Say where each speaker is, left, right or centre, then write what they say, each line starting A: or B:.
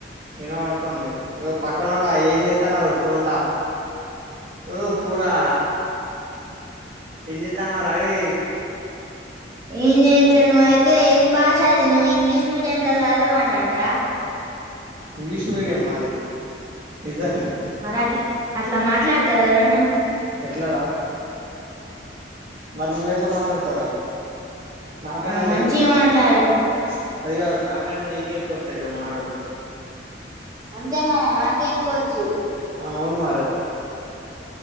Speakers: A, on the right; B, on the right.
A: వినబాడుతుంది ఓ పక్కన కూడా ఏం చేతనవ్ ఫోన్లా ఓ పొడా ఏం చెతాన్నార అవి
B: ఏం చెయట్లే నువ్వు అయితే ఏం భాష అది నువ్వు ఇంగ్లీష్ మీడియం కదా అదే మాట్లాడతార
A: ఇంగ్లీష్ మీడియం మాది నిజంగానే
B: మరి అట్ అట్లా మాట్లాడతారు ఎవరన్నా
A: ఎట్లార మరి నువ్వ ఎట్లా మాట్లాడతావరా నాకనా
B: ఆ మంచిగా మాట్లాడు
A: <inaudible> అది కాద్ రా నా కన్నా నీకే ఎక్కువ వతాయ్ కా మాటలు
B: అంతే మర నాకే ఎక్కోచ్చు
A: అవును మరే